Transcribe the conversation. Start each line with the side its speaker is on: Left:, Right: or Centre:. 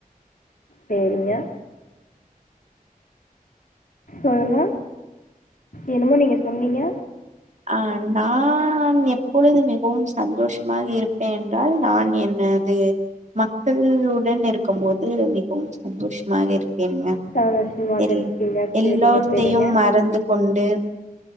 Left: சேரிங்க சொல்லுங்க என்னமோ நீங்க சொன்னீங்க
Right: ஆ நான் எப்பொழுது மிகவும் சந்தோஷமாக இருப்பேன் என்றால் நான் என்ன து மக்களுடன் இருக்கும் போது மிகவும் சந்தோஷமாக இருப்பேன்ங்க
Left: சந்தோஷமாக
Right: செரி
Left: இருப்பீங்க சேரிங்க
Right: எல்லோத்தையும்
Left: சேரிங்க
Right: மறந்து கொண்டு